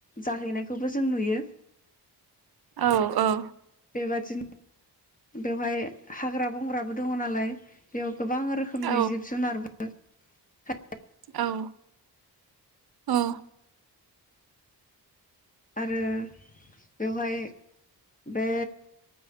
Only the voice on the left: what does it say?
जाहैनायखौबो जों नुयो
बेबादिनो बेवहाय हाग्रा बंग्राबो दङ नालाय बेव गोबां रोखोमनि
जिब जुनार बो <unintelligible>
आरो बेवहाय बे